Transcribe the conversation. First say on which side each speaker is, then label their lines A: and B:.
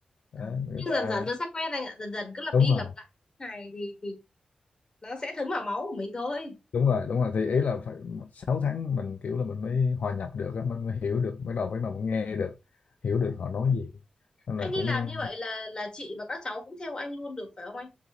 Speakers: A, on the left; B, on the left.
A: đó,
B: À,
A: người
B: nhưng
A: ta
B: dần dần nó sẽ quen anh ạ dần dần cứ lặp
A: đúng
B: đi
A: rồi
B: lặp lại ngày thì thì nó sẽ thấm vào máu của mình thôi
A: đúng rồi đúng rồi thì ý là phải 6 tháng mình kiểu là mình mới hòa nhập được á, mình mới hiểu được bắt đầu bắt đầu mình nghe được hiểu
B: Dạ.
A: được họ nói gì nên
B: anh
A: là
B: đi
A: cũng
B: làm như vậy là là chị và các cháu cũng theo anh luôn được phải không anh